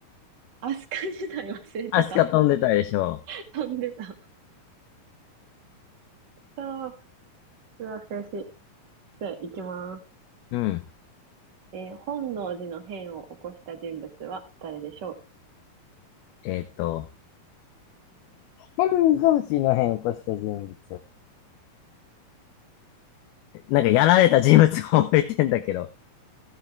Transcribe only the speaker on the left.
アスカ飛んでたでしょ
う。うん。
えっと、天草寺の変を起こした人物。なんかやられた人物を覚えてんだけど。